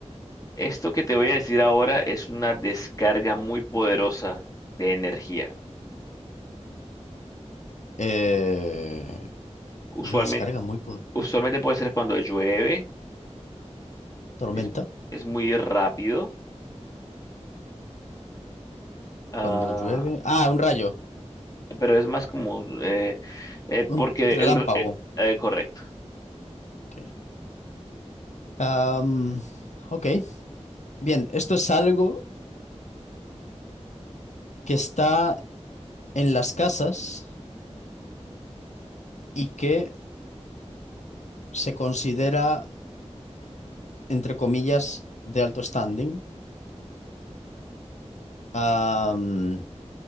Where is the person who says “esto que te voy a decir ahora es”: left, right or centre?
Left